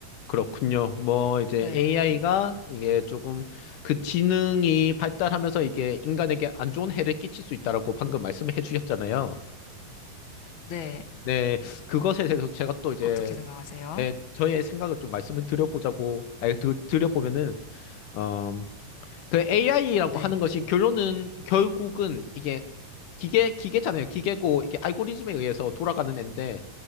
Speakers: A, on the left; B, on the left.
A: 그렇군요. 뭐 이제
B: 네,
A: AI가 이게 조금 그 지능이 발달하면서 이게 인간에게 안 좋은 해를 끼칠 수 있다라고 방금 말씀해 주셨잖아요.
B: 네.
A: 네, 그것에 대해서 제가 또 이제
B: 어떻게 생각하세요?
A: 네, 저의 생각을 좀 말씀을 드려보자고, 아니, 드, 드려보면은, 어, 그 AI라고
B: 네,
A: 하는 것이 결론은, 결국은 이게 기계, 기계잖아요. 기계고, 이게 알고리즘에 의해서 돌아가는 앤데,